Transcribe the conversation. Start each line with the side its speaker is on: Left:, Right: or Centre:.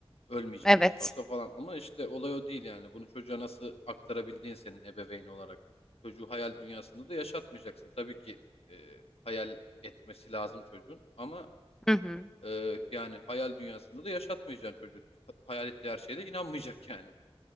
Left: Ölmeyecek
Centre: Evet.
Left: nasıl olsa falan. Ama işte olay o değil yani. Bunu çocuğa nasıl aktarabildiğin senin ebeveyn olarak. Çocuğu hayal dünyasında da yaşatmayacaksın. Tabii ki e, hayal etmesi lazım çocuğun. Ama
Centre: Hı hı.
Left: e, yani hayal dünyasında da yaşatmayacaksın çocuğu. Ha- Hayal ettiği her şeye de inanmayacak yani.